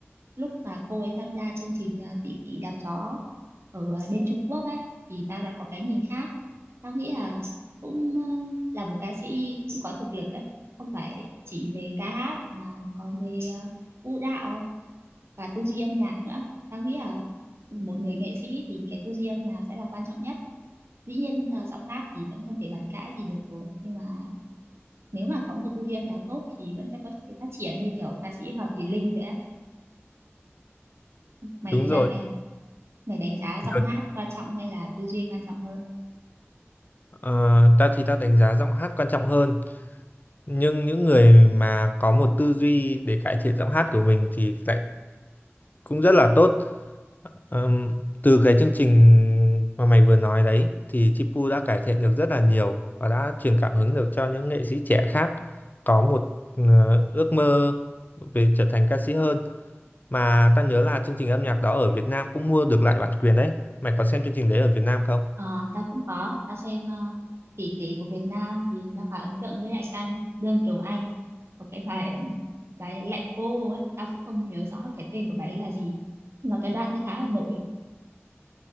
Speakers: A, on the right; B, on the left.
A: lúc mà cô ấy tham gia chương trình à, tỷ tỷ đạp gió ở à, bên Trung Quốc ấy thì tao đã có cái nhìn khác tao nghĩ là cũng um, là một ca sĩ cũng có thực lực ấy không phải chỉ về ca hát mà còn về à, vũ đạo và tư duy âm nhạc nữa tao nghĩ là một người nghệ sĩ thì cái tư duy âm nhạc sẽ là quan trọng nhất dĩ nhiên à, giọng hát thì vẫn không thể bàn cãi gì được rồi nhưng mà nếu mà có một tư duy âm nhạc tốt thì vẫn sẽ có thể phát triển như kiểu ca sĩ Hoàng Thùy Linh vậy á mày
B: Đúng
A: thì
B: rồi.
A: sao mày mày đánh giá giọng
B: Được.
A: hát quan trọng hay là tư duy quan trọng hơn
B: Ờ, ta thì ta đánh giá giọng hát quan trọng hơn, nhưng những người mà có một tư duy để cải thiện giọng hát của mình thì lại cũng rất là tốt. Ờm, từ cái chương trình mà mày vừa nói đấy thì Chipu đã cải thiện được rất là nhiều và đã truyền cảm hứng được cho những nghệ sĩ trẻ khác có một ờ, ước mơ về trở thành ca sĩ hơn mà tao nhớ là chương trình âm nhạc đó ở Việt Nam cũng mua được lại bản quyền đấy mày có xem chương trình đấy ở Việt Nam không?
A: Ờ, tao cũng có tao xem uh, tỷ tỷ của Việt Nam thì tao khá ấn tượng với lại ca Lương Kiều Anh có cái bài um, bài Lạy Cô ấy tao cũng không nhớ rõ cái tên của bài ấy là gì nhưng mà cái đoạn ấy khá là nổi